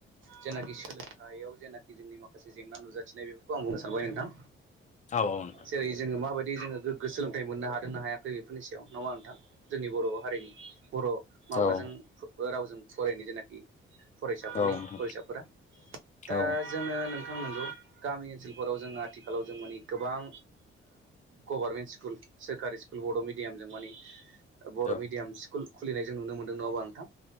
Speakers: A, on the right (about 65°); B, on the left (about 35°).
A: जेनाखि सोलोंथायाइयाव जेनाखि जोंनि माखासे जेंना नुजाथिनाय बेफोरखौ आं बुंनो सानबाय नोंथां।
B: औ औ नोंथां
A: जेरै जोङो माबायदि जोङो गोग्गो सोलोंथाइ मोननो हादों ना हायाखै बेफोरनि सायाव नङा नोंथां जोंनि बर' हारिनि बर' माबाजों
B: औ औ
A: रावजों फरायनाय जेनाखि फरायसाफोरनि
B: औ औ
A: फरायसाफोरा दा
B: औ
A: जोङो नोंथां नंगौ। गामि ओनसोलफोराव जोंङो आथिखालाव जों माने गोबां गभारनमेन्ट स्कुल सोरखारि स्कुल बर' मिडियामजों माने बर'
B: औ
A: मिडियाम स्कुल खुलिनाय जों नुनो मोन्दों नङाबा नोंथां